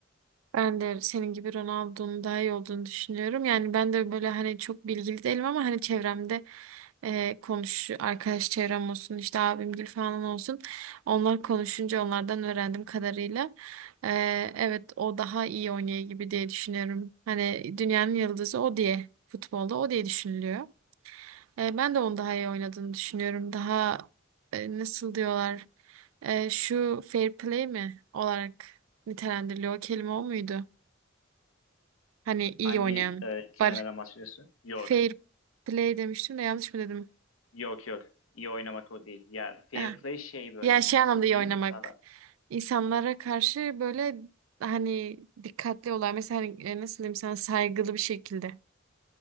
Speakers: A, on the right; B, on the left.
A: Ben de senin gibi Ronaldo'nun daha iyi olduğunu düşünüyorum. Yani ben de böyle hani çok bilgili değilim ama hani çevremde e, konuş arkadaş çevrem olsun işte abimgil falan olsun. Onlar konuşunca onlardan öğrendim kadarıyla. E, evet o daha iyi oynuyor gibi diye düşünüyorum. Hani dünyanın yıldızı o diye futbolda o diye düşünülüyor. E, ben de onu daha iyi oynadığını düşünüyorum. Daha e, nasıl diyorlar? E, şu fair play mi olarak nitelendiriliyor. O kelime o muydu? Hani iyi
B: Hangi
A: oynayan.
B: e, kelimeden
A: Bar
B: bahsediyorsun? York.
A: fair play demiştim de yanlış mı dedim?
B: Yok yok. İyi oynamak o değil. Ya fair
A: Ha.
B: play şey böyle
A: Ya şey
B: nasıl
A: anlamda iyi
B: diyeyim
A: oynamak.
B: sana?
A: İnsanlara karşı böyle hani dikkatli olan mesela hani, e, nasıl diyeyim sana saygılı bir şekilde.